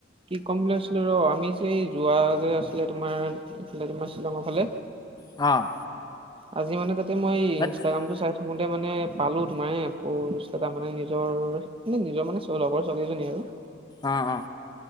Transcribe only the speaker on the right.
কি কম বুলি ভাবিছো আছিলো ৰ আমি যে এই যোৱা যে আছিলে তোমাৰ কিবা তোমাৰ শ্বিলঙৰ ফালে
আজি মানে তাতে মই ইনষ্টাগ্ৰামটো
চাই থাকোতে মানে পালো তোমাৰ হে পুৰণি বস্তু এটা মানে নিজৰ মানে নিজৰ মানে লগৰ ছোৱালী এজনী আৰু